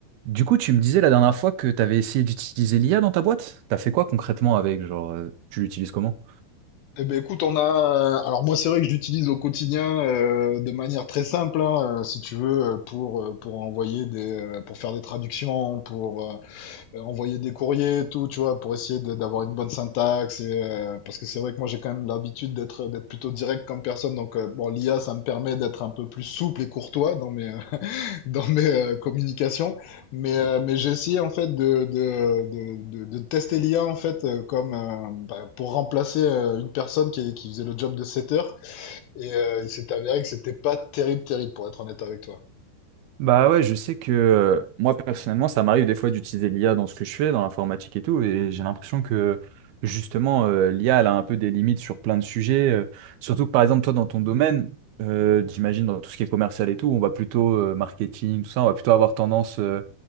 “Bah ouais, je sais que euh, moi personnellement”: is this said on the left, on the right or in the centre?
Right